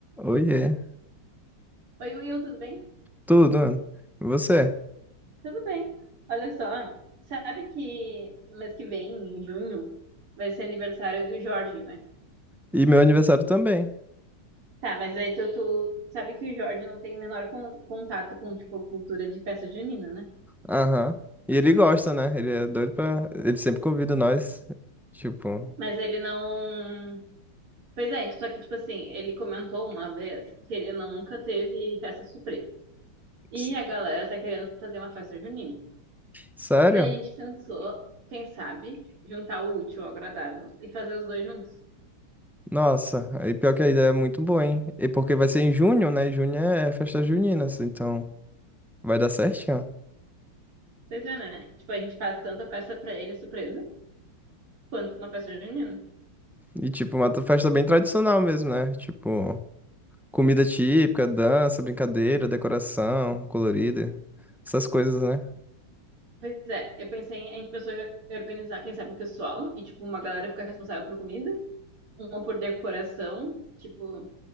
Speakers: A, in the centre; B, on the right (about 80°).
A: Oiê.
B: Oi, Will, tudo bem?
A: Tudo, mano. E Você?
B: Tudo bem. Olha só, sabe que mês que vem, em junho, vai ser aniversário do Jorge, né?
A: E meu aniversário também.
B: Tá, mas aí tu, tu sabe que o Jorge não tem o menor con- contato com, tipo, cultura de festa junina, né?
A: Aham. E ele gosta, né? Ele é doido pra. Ele sempre convida nós. Tipo.
B: Mas ele não... Pois é, só que, tipo assim, ele comentou uma vez que ele nunca teve festa surpresa. E
A: s-
B: a galera tá querendo fazer uma festa junina.
A: Sério?
B: Daí a gente pensou, quem sabe, juntar o útil ao agradável e fazer os dois juntos.
A: Nossa. Aí pior que a ideia é muito boa, hein? E porque vai ser em junho, né? Junho é festa junina, assim, então vai dar certinho.
B: Pois é, né? Tipo, a gente faz tanto a festa pra ele surpresa, quanto uma festa junina.
A: E, tipo, uma festa bem tradicional mesmo, né? Tipo, comida típica, dança, brincadeira, decoração colorida. Essas coisas, né?
B: Pois é, eu pensei, em- a gente pensou em organizar, quem sabe, o pessoal, e tipo, uma galera ficar responsável por comida, uma por decoração, tipo,